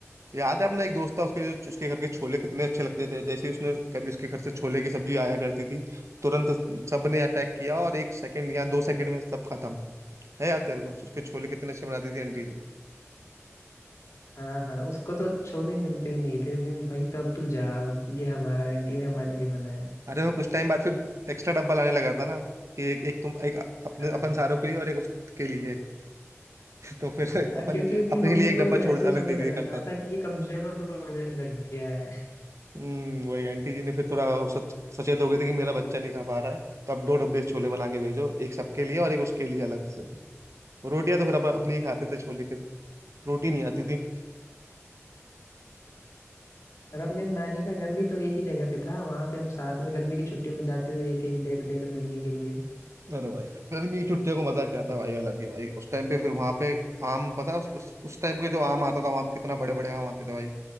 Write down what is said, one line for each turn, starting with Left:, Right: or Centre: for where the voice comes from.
Right: याद है अपना एक दोस्त था उसके जो उसके घर के छोले कितने अच्छे लगते थे जैसे ही उसने कभी उसके घर से छोले की सब्जी आया करती थी तुरंत सबने अटैक किया और एक सेकंड या दो सेकंड में सब खत्म है याद तेरे को उसके छोले कितने अच्छे बनाती थी आंटी
Left: हाँ हाँ उसको तो छोले मिलते ही नहीं थे नहीं, भाई कब तू जा अब ये हमारा आंटी ने हमारे लिए बनाया है।
Right: अरे वो कुछ टाइम बाद फिर एक्स्ट्रा डब्बा लाने लगा था ना कि एक एक तुम एक अपने
Left: हाँ
Right: अपन सारों के लिए और एक उसके खुद के लिए <laughs> तो फिर
Left: हाँ,
Right: अपन
Left: क्योंकि उसकी
Right: अपने
Left: मम्मी
Right: लिए
Left: को
Right: एक डब्बा
Left: महसूस
Right: छोड़ अलग
Left: होने
Right: दे
Left: लगा
Right: दिया करता था
Left: था कि ये कमजोर होने लग गया है
Right: हम्म वही आंटी जी ने फिर थोड़ा सच, सचेत हो गए थे कि मेरा बच्चा नहीं खा पा रहा है तो अब दो डब्बे छोले बना के भेजो एक सबके लिए और एक उसके लिए अलग से रोटियां तो फिर अपन अपनी ही खाते थे छोले के रोटी नहीं आती थी
Left: और अपने नानी का घर भी तो एक ही जगह पे था वहां पे हम साथ में गर्मी की छुट्टी में जाते थे एक एक डेढ़ डेढ़ महीने के लिए
Right: अरे भाई गर्मी की छुट्टियों को मजा क्या था भाई अलग ही भाई उस टाइम पे फिर वहां पे आम पता है, उस उस टाइम के जो आम आता था वहां पे कितना बड़े बड़े आम आते थे भाई